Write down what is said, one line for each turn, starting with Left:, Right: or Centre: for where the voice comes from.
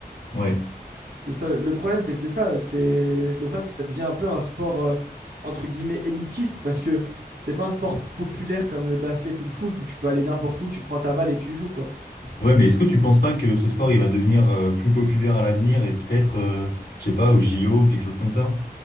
Left: Ouais.
Right: C'est ça. Le problème, c'est que c'est ça. C'est le problème, c'est que ça devient un peu un sport euh, entre guillemets élitiste parce que c'est pas un sport populaire comme le basket ou le foot où tu peux aller n'importe où, tu prends ta balle et tu y joues, quoi.
Left: Ouais, mais est-ce que tu penses pas que ce sport, il va devenir euh, plus populaire à l'avenir et peut-être, euh, je sais pas, au JO, quelque chose comme ça?